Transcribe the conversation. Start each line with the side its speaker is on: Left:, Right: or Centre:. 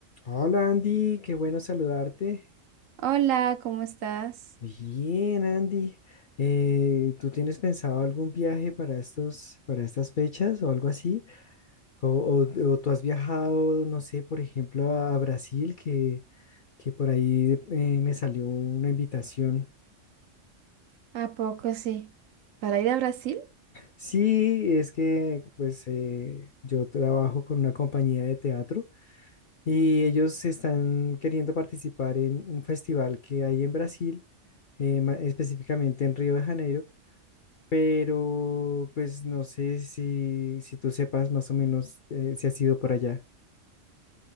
Left: Hola Andy, qué bueno saludarte.
Right: Hola, ¿cómo estás?
Left: Bien, Andy. Eh, ¿tú tienes pensado algún viaje para estos, para estas fechas o algo así? O, o- o tú has viajado, no sé, por ejemplo, a, a Brasil, que, que por ahí eh, me salió una invitación.
Right: ¿A poco sí? ¿Para ir a Brasil?
Left: Sí, es que pues eh, yo trabajo con una compañía de teatro y ellos están queriendo participar en un festival que hay en Brasil, eh, ma- específicamente en Río de Janeiro. pero pues no sé si, si tú sepas más o menos eh, si has ido por allá.